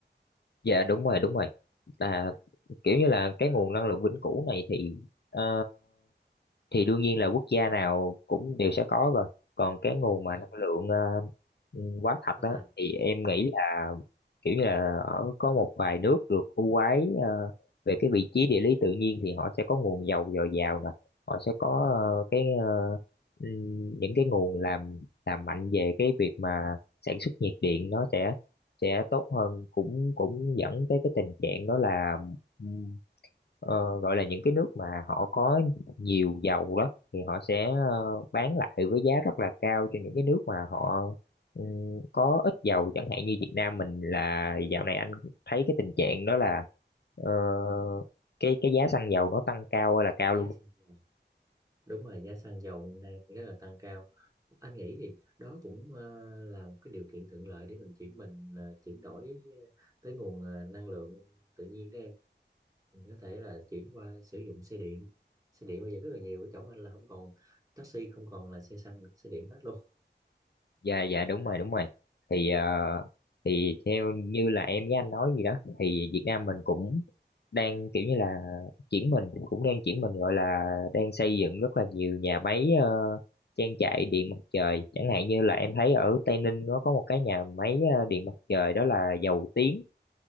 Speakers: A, on the left; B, on the right.
A: Dạ đúng rồi đúng rồi. Là kiểu như là cái nguồn năng lượng vĩnh cửu này thì ờ, thì đương nhiên là quốc gia nào cũng đều sẽ có rồi còn cái nguồn
B: ừ.
A: mà năng lượng ờ, ừ, quá thật
B: có
A: đó
B: thật
A: thì em
B: ừ.
A: nghĩ là kiểu như là ở có một vài nước được ưu ái ờ, về cái vị trí địa lý tự nhiên thì họ sẽ có nguồn dầu dồi dào nè họ sẽ có ờ, cái ờ, ừm, những cái nguồn làm làm mạnh về cái việc mà sản xuất nhiệt điện nó sẽ sẽ tốt hơn cũng cũng dẫn tới cái tình trạng đó là ừm, ờ, gọi là những cái nước mà họ có nhiều dầu đó thì họ sẽ ờ, bán lại với giá rất là cao cho những cái nước mà họ Ừ, có ít dầu chẳng hạn như Việt Nam mình là dạo này anh thấy cái tình trạng đó là ờ, cái cái giá xăng dầu nó tăng cao ơi là cao
B: giá
A: luôn
B: xăng dầu đúng rồi giá xăng dầu hiện nay thì rất là tăng cao anh nghĩ thì đó cũng ờ, là một cái điều kiện thuận lợi để mình chuyển mình ờ, chuyển đổi ờ, tới nguồn ờ, năng lượng tự nhiên đó em mình có thể là chuyển qua sử dụng xe điện xe điện bây giờ rất là nhiều ở chỗ anh là không còn taxi không còn là xe xăng nữa, xe điện hết luôn
A: dạ dạ đúng rồi đúng rồi thì ờ, thì theo như là em với anh nói gì đó thì Việt Nam mình cũng đang kiểu như là chuyển mình cũng đang chuyển mình gọi là đang xây dựng rất là nhiều nhà máy ờ, trang trại điện mặt trời chẳng hạn như là em thấy ở Tây Ninh nó có một cái nhà máy ờ, điện mặt trời đó là Dầu Tiếng